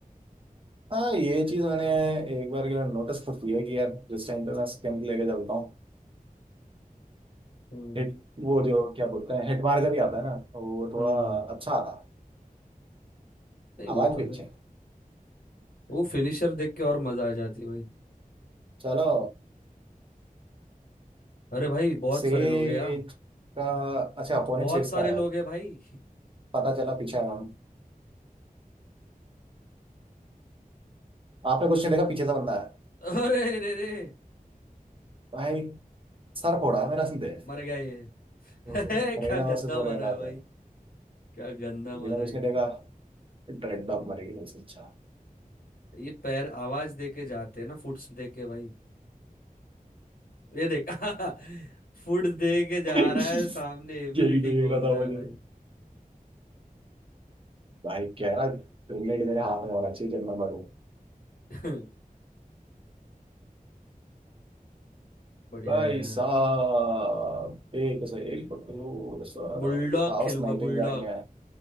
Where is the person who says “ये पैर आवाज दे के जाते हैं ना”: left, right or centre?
Left